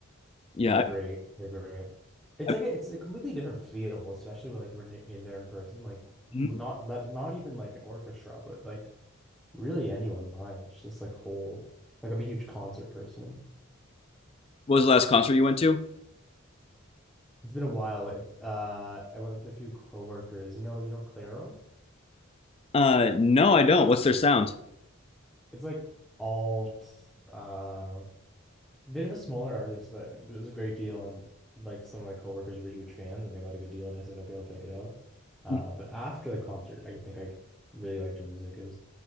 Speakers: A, on the left (about 25°); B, in the centre.
A: Yeah.
B: They're
A: I,
B: great. They're great. It's
A: I,
B: like a, it's a completely different feel, especially when like we're in there in person. Like well,
A: mhm.
B: not let not even like an orchestra, but like really anyone live. It's just like whole. Like I'm a huge concert person.
A: What was the last concert you went to?
B: It's been a while. It, uh, I went with a few coworkers. You know, you know, Clairo.
A: Uh, no, I don't. What's their sound?
B: It's like alt. Uh, Bit of a smaller artist, but it was a great deal. And like some of my coworkers were huge fans and they got a good deal. And I said, okay, I'll check it out. Uh,
A: Mhm.
B: but after the concert, I think I really liked her music. It was,